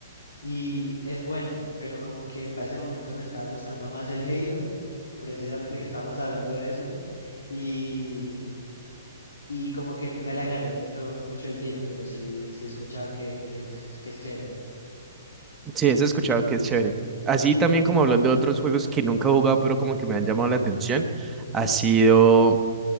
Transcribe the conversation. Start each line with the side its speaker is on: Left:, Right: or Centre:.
Left: y es bueno, pero como que para ese momento me estaba gustando más el Halo, que precisamente que estábamos hablando de eso, y, y como que nunca le agarré mucho, mucho el tiro, pero sí, sí he escuchado que, que es, que es chévere.
Right: Sí, eso he escuchado que es chévere. Así también como hablando de otros juegos que nunca he jugado, pero como que me han llamado la atención, ha sido